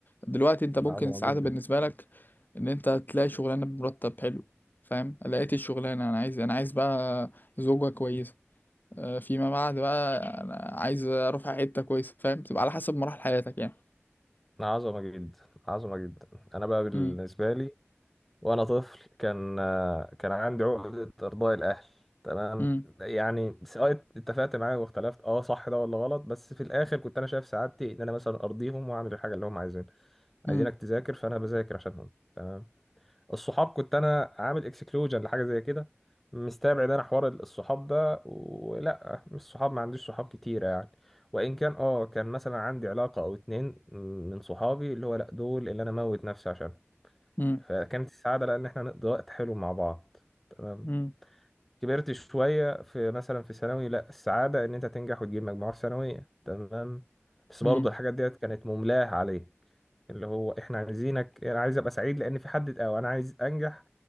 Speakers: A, on the left; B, in the centre.
A: دلوقتي انت ممكن
B: عظمه
A: السعادة
B: جدا
A: بالنسبة لك ان انت تلاقي شغلانة بمرتب حلو فاهم لقيت الشغلانة انا عايز انا عايز بقى زوجة كويسة آه، فيما بعد بقى انا عايز اروح على حته كويسه فاهم تبقى على حسب مراحل حياتك يعني
B: عظمه جدا عظمه جدا انا بقى بالنسبه
A: مم.
B: لي وانا طفل كان آه، كان عندي عقدة ارضاء الاهل تمام
A: مم.
B: يعني سواء اتفقت معايا واختلفت اه صح ده ولا غلط بس في الاخر كنت انا شايف سعادتي ان انا مثلا ارضيهم واعمل الحاجه اللي هم عايزينها عايزينك
A: مم.
B: تذاكر فانا بذاكر عشانهم تمام الصحاب كنت انا عامل اكسكلوجن لحاجه زي كده مستبعد انا حوار الصحاب ده ولا مش صحاب ما عنديش صحاب كتيره يعني وان كان اه كان مثلا عندي علاقه او اتنين من صحابي اللي هو لا دول اللي انا موت نفسي عشانهم
A: مم.
B: فكانت السعادة لأن إحنا نقضي وقت حلو مع بعض تمام
A: مم.
B: كبرت شوية في مثلا في ثانوي لأ السعادة إن أنت تنجح وتجيب مجموعة ثانوية تمام بس
A: مم.
B: برضه الحاجات ديت كانت مملاة عليك اللي هو إحنا عايزينك أنا عايز أبقى سعيد لأن في حد أو أنا عايز أنجح